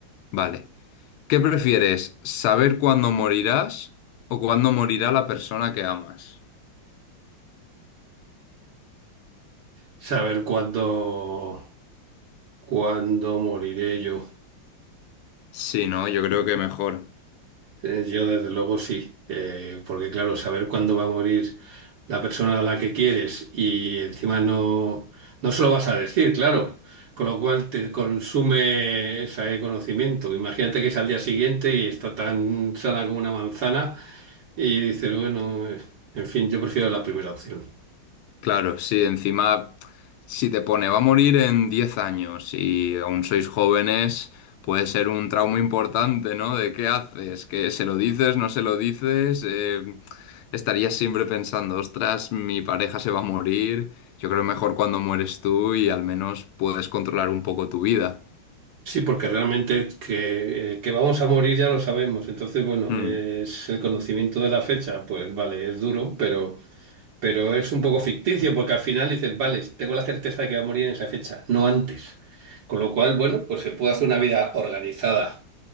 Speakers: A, on the left; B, on the right.
A: Vale. ¿Qué prefieres? ¿Saber cuándo morirás o cuándo morirá la persona que amas?
B: saber cuándo, cuándo moriré yo.
A: Sí, no, yo creo que mejor.
B: Eh, Yo desde luego sí, eh, porque claro, saber cuándo va a morir la persona a la que quieres y encima no, no se lo vas a decir, claro, con lo cual te consume ese conocimiento. Imagínate que es al día siguiente y está tan sana como una manzana y dices, bueno, eh, en fin, yo prefiero la primera opción.
A: Claro, sí, encima, si te pone va a morir en 10 años y aún sois jóvenes, puede ser un trauma importante, ¿no? ¿De qué haces? ¿Que se lo dices, no se lo dices? Eh, estarías siempre pensando, ostras, mi pareja se va a morir. Yo creo mejor cuando mueres tú y al menos puedes controlar un poco tu vida.
B: Sí, porque realmente que, eh, que vamos a morir ya lo sabemos, entonces bueno,
A: Mm.
B: eh, es el conocimiento de la fecha, pues vale, es duro, pero... Pero es un poco ficticio porque al final dices, vale, tengo la certeza de que va a morir en esa fecha, no antes. Con lo cual, bueno, pues se puede hacer una vida organizada